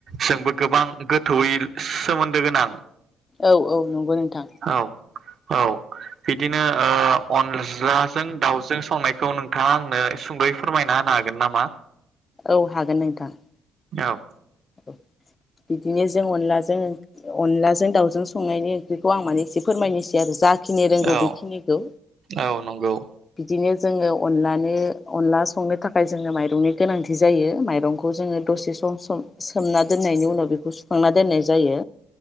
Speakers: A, on the right; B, on the left.
A: जोंबो गोबां गोथौयै सोमोन्दो गोनां।
B: औ औ नंगौ नोंथां।
A: औ औ। बिदिनो ओ अनज्लाजों दाउजों संनायखौ नोंथाङा आंनो सुंदयै फोरमायना होनो हागोन नामा?
B: औ हागोन नोंथां।
A: औ।
B: <unintelligible> बिदिनो जों अनलाजों अनलाजों दाउजों स संनायनि ओंख्रिखौ आं माने एसे फोरमायनोसै आरो जाखिनि रोंगौ
A: औ
B: बेखिनिखौ।
A: औ नंगौ
B: बिदिनो जोङो अनलानो अनला संनो थाखाय जोङो माइरंनि गोनांथि जायो माइरंखौ जोङो दसे सम सम सोमना दोननायनि उनाव सुखांना दोननाय जायो।